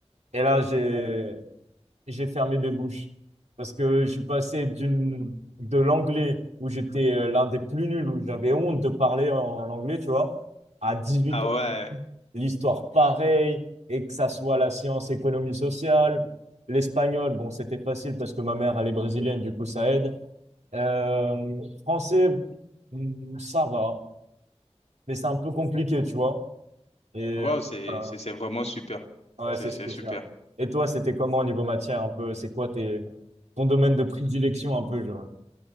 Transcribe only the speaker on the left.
Ah ouais.
Wow, c'est,
c'est, c'est vraiment super.
C'est,
c'est
super.